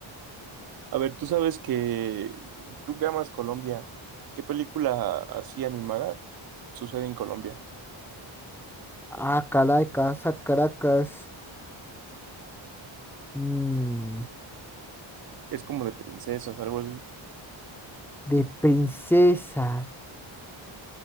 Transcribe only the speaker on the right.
A ver, tú sabes que tú que amas Colombia, ¿qué película así animada sucede en Colombia?
Es como de princesas, algo así.